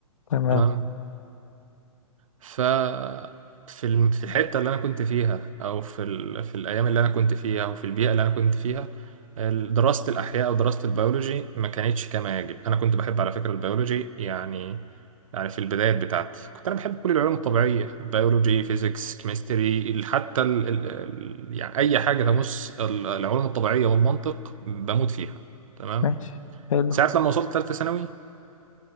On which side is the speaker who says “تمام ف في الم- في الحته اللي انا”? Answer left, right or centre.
Right